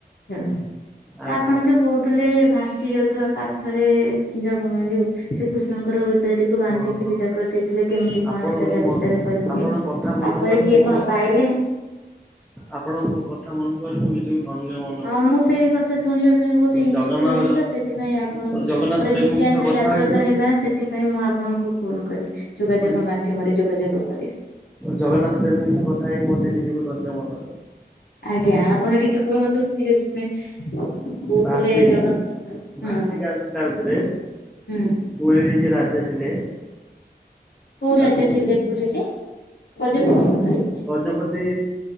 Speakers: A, on the left; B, in the centre.
A: ଖେଳନ୍ତୁ
B: ଆଜ୍ଞା
A: ତ ଆପଣ
B: ଆଜ୍ଞା
A: ଯୋଉ କହୁ ଥିଲେ ଭାସି ଯାଉଥିବା କାଠରେ ଜଗ ଯଉ ଶ୍ରୀକୃଷ୍ଣଙ୍କର ହୃଦୟଟି କୁ ବାନ୍ଧିକି
B: ଓହୋ
A: ବିଦା କରିଦେଇଥିଲେ କେମିତି କଣ
B: ଆପଣଙ୍କର
A: ସେଟା ତା
B: ମ
A: ବିଷୟରେ କହିବ
B: ଆପଣଙ୍କ କଥା ମନେ
A: ତାପରେ
B: ଥିବାରୁ
A: କିଏ
B: ମୋ
A: କଣ ପାଇଲେ
B: ଆପଣଙ୍କ ମୋ କଥା ମାନୁଥିବାରୁ ମୁଁ ନିଜକୁ ଧନ୍ୟମ
A: ହଁ ମୁଁ ସେଇ କଥା ଶୁଣିବା ପାଇଁ ବହୁତ ଇଛୁକ
B: ଜଗନ୍ନାଥ
A: ହେଲି ତ ସେଥିପାଇଁ ଆପଣଙ୍କୁ
B: ଗୋଟେ ଜଗନ୍ନାଥ
A: ମୋର
B: ପ୍ରେମୀଙ୍କ
A: ଜିଜ୍ଞାସା
B: ସହ କଥା
A: ଜାଗ୍ରତ
B: ହେଇକି
A: ହେ ହେଲା ସେଥିପାଇଁ ମୁଁ ଆପଣଙ୍କୁ ଫୋନ କରି ଯୋଗାଯୋଗ
B: ଗୋଟେ
A: ମାଧ୍ୟମରେ ଯୋଗାଯୋଗ କରି
B: ଜଗନ୍ନାଥ ପ୍ରେମୀଙ୍କ ସହ କଥା ହେଇ ମତେ ନିଜକୁ ଧନ୍ୟ ମନେ ର
A: ଆଜ୍ଞା ଆପଣ ଟିକେ କୁହନ୍ତୁ ମୁଁ ଟିକେ ଶୁଣେ। କହୁଥିଲେ
B: ଭାସିକି
A: ଜଗନ୍ନାଥ ହଁ
B: ଭାସିକି
A: ହୁଁ।
B: ଆସିଲା ଭିତରେ ପୁରୀରେ ଜିଏ ରାଜା ଥିଲେ।
A: କୋଉ
B: ତାକୁ
A: ରାଜା ଥିଲେ ପୁରୀରେ ଗଜପତି ମହାରାଜ
B: ଗଜପତି